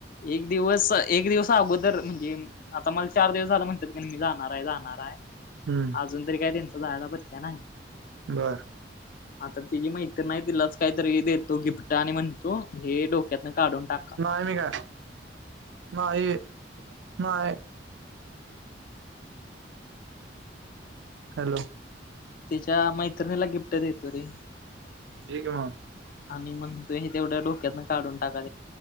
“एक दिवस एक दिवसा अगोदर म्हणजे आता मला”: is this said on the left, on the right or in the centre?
Left